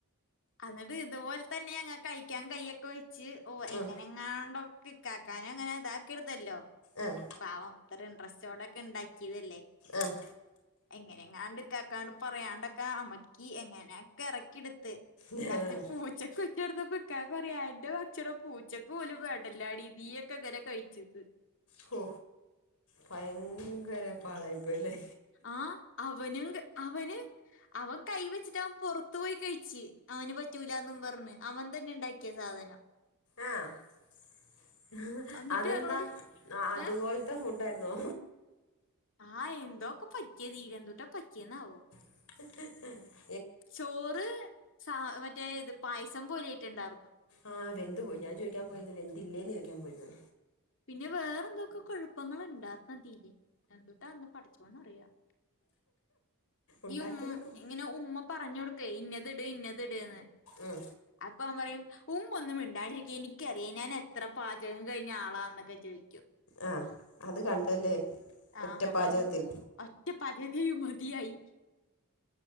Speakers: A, on the left (about 60°); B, on the left (about 75°).
A: അന്നിട്ട് ഇതുപോലെ തന്നെ ഞങ്ങ കഴിക്കാൻ കയൊക്കെ വെച്ച് ഓ എങ്ങനെങ്ങാണ്ടോ
B: ഉം
A: കിക്കാക്കാനങ്ങനെ ഇതാക്കിടുത്തല്ലോ
B: ആഹ്
A: പാവം ഇത് ഇൻട്രസ്റ്റോടെക്കെ ഇണ്ടാക്കിയതല്ലേ
B: ആഹ്
A: എങ്ങനെ എങ്ങാണ്ട് ഇക്കാക്കനോട് പറയാണ്ടൊക്കാ അമ്മക്കി എങ്ങനെയൊക്കെ ഇറക്കിടുത്ത്
B: ആഹ്
A: ലാസ് പൂച്ചക്ക് വെച്ചെടുത്തപ്പ ഇക്കാക്ക പറയാ എൻ്റെ ഭക്ഷണം പൂച്ചക്ക് പോലും വേണ്ടല്ലാടി നീയൊക്കെ എങ്ങനെ കഴിച്ച്ന്ന്
B: ഹോ ഭയങ്കര പാടായിപ്പോയല്ലേ
A: ആഹ് അവനും ക് അവന് അവൻ കൈ വെച്ചിട്ട് അവൻ പുറത്തു പോയി കഴിച്ചു അവന് പറ്റൂലന്നും പറഞ്ഞ് അവൻ തന്നെ ഇണ്ടാക്കിയ സാധനം
B: ആഹ്
A: എന്നിട്ട്
B: അതെന്താ
A: ഞങ്ങളോട്
B: അതുപോൽ
A: ഏ
B: ത്തെ ഫുഡ് ആയിരുന്നോ
A: ആഹ് എന്തോക്കെ പറ്റിയത് എന്തൂട്ടാ പറ്റിയന്നാവോ
B: ഹ്‌ ഹ്‌
A: ചോറ് സ മറ്റേ ഇത് പായസം പോലെയിട്ടുണ്ടാർന്നു
B: ആഹ് വെന്ദ് പോയി ഞാൻ ചോദിക്കാൻ പോയിരുന്നു വെന്തില്ലേന്ന് ചോദിക്കാൻ പോയിരുന്നു
A: പിന്നെ വേറെ എന്തൊക്കോ കോഴപ്പങ്ങൾ ഉണ്ടാർന്നതില് എന്തുട്ടാന്ന് പഠിച്ചോനറിയാം
B: ഉണ്ടാക്കിയവർക്കും
A: ഈ ഉ ഇങ്ങനെ ഉമ്മ പറഞ്ഞു കൊടുക്കേ ഇന്നത് ഇട് ഇന്നത് ഇട്ന്ന്
B: ഉം
A: അപ്പൊ അവൻ പറയും ഉമ്മ ഒന്നും മിണ്ടാണ്ടിരിക്ക എനിക്കറിയാം ഞാൻ എത്ര പാചകം കഴിഞ്ഞ ആളാന്നൊക്കെ ചോയിക്കും
B: ആഹ് അത് കണ്ടല്ലേ ഒറ്റ
A: ആഹ് അതെങ്
B: പാചകത്തിൽ
A: ഒറ്റ പാചകത്തി മതിയായി